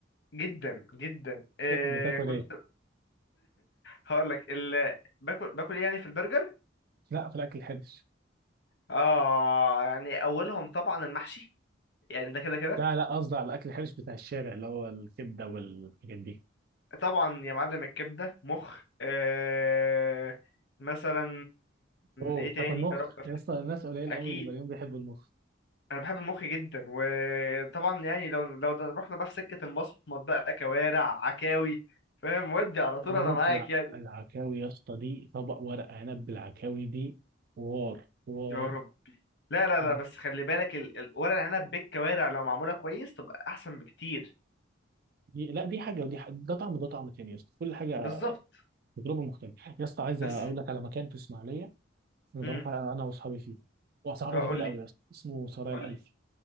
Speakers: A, on the left (about 60°); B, on the right (about 55°).
A: جدا جدا إيه
B: لا، بتاكل
A: كنت
B: إيه؟
A: هقول لك ال... باكل باكل إيه يعني في البرجر
B: لا في الأكل الحرش
A: اه يعني اولهم طبعا المحشي يعني ده كده كده
B: لا لا قصدي على الأكل الحرش بتاع الشارع اللي هو الكبدة والحاجات دي
A: طبعا يا معلم الكبده مخ إيه مثلا
B: أوه
A: ايه تاني
B: تاكل مخ
A: يا رب
B: يا اسطى ناس قليل
A: اكيد
B: قوي اللي زيهم بيحبوا المخ
A: انا بحب المخ جدا وطبعا يعني لو لو ده- رحنا بقى في سكه المصمت بقى كوارع عكاوي فاهم ودي على طول
B: انا بموت
A: انا معاك
B: في الع-
A: يعني
B: العكاوي يا اسطى دي طبق ورق عنب بالعكاوي دي حوار حوار
A: يا ربي لا لا لا
B: أنا-
A: بس خلي بالك ال- ال- ورق العنب بالكوارع لو معموله كويس تبقى احسن بكتير
B: دي لا دي حاجه ودي حاجة ده طعم وده طعم تاني يا اسطى كل حاجه
A: بالظبط
B: تجربه مختلفه يا اسطى عايز
A: بس
B: اقول لك على مكان في اسماعيليه انا
A: امم
B: بروح انا واصحابي فيه واسعاره
A: اه
B: جميله
A: قول لي
B: قوي يا اسطى اسمه سرايا
A: قول
B: الالفي
A: لي